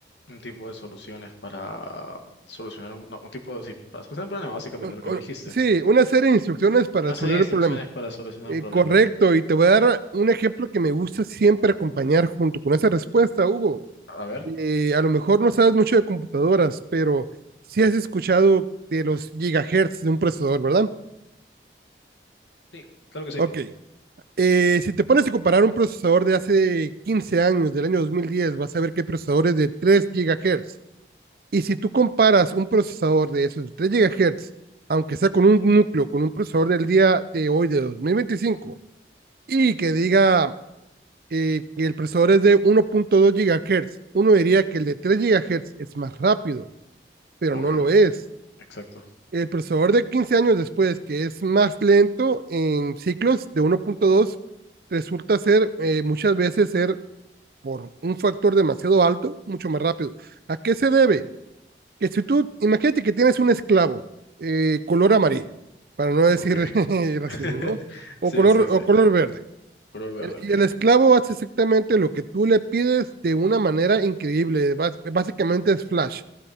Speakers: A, on the left (about 85°); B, on the right (about 55°).
A: Un tipo de soluciones para solucionar un, no, un tipo de, sí, para solucionar un problema, básicamente
B: un-
A: lo que
B: un-
A: me dijiste.
B: sí, una serie de instrucciones para
A: Una
B: resolver
A: serie de instrucciones
B: el problema.
A: para solucionar
B: Eh,
A: un problema.
B: correcto, y te voy a dar un ejemplo que me gusta siempre acompañar junto con esa respuesta, Hugo.
A: A ver.
B: Eh, a lo mejor no sabes mucho de computadoras, pero sí has escuchado de los gigahertz de un procesador, ¿verdad?
A: Sí, claro que sí.
B: Ok. Eh, si te pones a comparar un procesador de hace 15 años, del año 2010, vas a ver que hay procesadores de tres GHz Y si tú comparas un procesador de esos 3 GHz, aunque sea con un núcleo, con un procesador del día de hoy, de 2025 y que diga eh, que el procesador es de uno punto dos GHz, uno diría que el de 3 GHz es más rápido, pero
A: Obvio.
B: no lo es.
A: Exacto.
B: El procesador de 15 años después, que es más lento en ciclos de uno punto dos resulta ser eh, muchas veces ser por un factor demasiado alto, mucho más rápido. ¿A qué se debe? que si tú, imagínate que tienes un esclavo eh, color amarillo, para no decir
A: Ok.
B: <laughs> racismo,
A: <laughs>
B: ¿no? O
A: Sí,
B: color,
A: sí, sí.
B: o color verde.
A: Color verde,
B: El- Y
A: ok.
B: el esclavo hace exactamente lo que tú le pides de una manera increíble. Bás- Básicamente es flash.